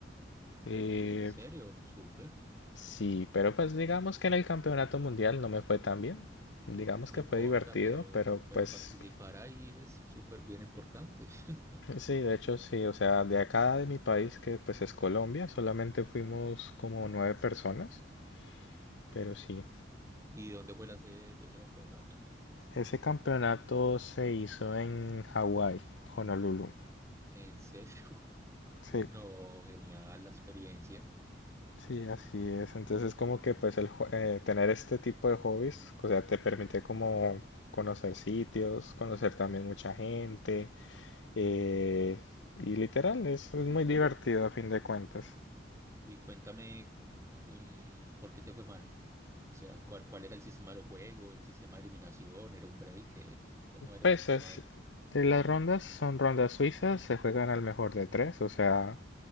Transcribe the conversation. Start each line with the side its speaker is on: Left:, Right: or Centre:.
Left: Eh,
Right: en serio, súper.
Left: sí, pero pues digamos que en el Campeonato Mundial no me fue tan bien. Digamos
Right: no
Left: que
Right: importa,
Left: fue divertido,
Right: pero,
Left: pero
Right: pero
Left: pues
Right: participar ahí es súper bien importante. <laughs>
Left: sí, de hecho sí, o sea, de acá de mi país, que pues es Colombia, solamente fuimos como nueve personas, pero sí.
Right: ¿Y dónde fue la sede de ese campeonato?
Left: Ese campeonato se hizo en Hawái, Honolulu.
Right: ¿En serio? <laughs>
Left: Sí,
Right: No, genial la experiencia.
Left: sí, así es. Entonces como que pues el, jo- eh, tener este tipo de hobbies, o sea, te permite como conocer sitios, conocer también mucha gente. eh, y literal, es, es muy divertido a fin de cuentas.
Right: Y cuéntame, um, ¿por qué te fue mal? O sea, ¿cuál, cuál era el sistema del juego? ¿El sistema de eliminación? ¿Era un break? Esto, ¿cómo era
Left: Pues
Right: el sistema
Left: es-
Right: ahí?
Left: eh, las rondas son rondas suizas, se juegan al mejor de tres, o sea,